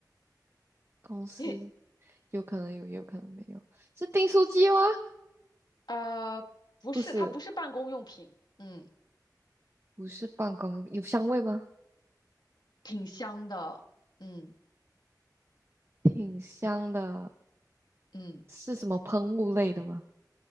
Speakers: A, on the right; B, on the left.
A: 公司，
B: <laughs>
A: 有可能有，也有可能没有。是订书机吗？
B: 呃，不是，
A: 不是，
B: 它不是办公用品，嗯，
A: 不是办公，有香味吗？
B: 挺香的，嗯。
A: 挺香的，
B: 嗯，
A: 是什么喷雾类的吗？